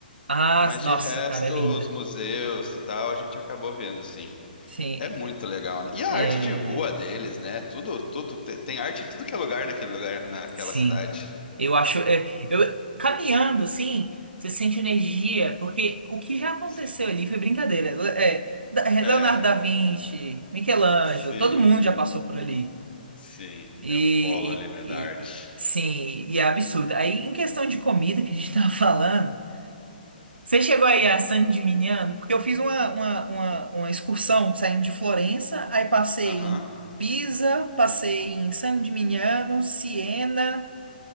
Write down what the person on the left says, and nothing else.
Mas
de resto,
os museus e tal, a gente acabou vendo, sim.
É muito legal, né? E a
arte de rua deles, né? Tudo, tudo te- tem arte em tudo que é lugar naquele lugar, naquela
cidade.
Sim.
É,
sim,
sim.
É um polo ali, né,
da arte.
Aham,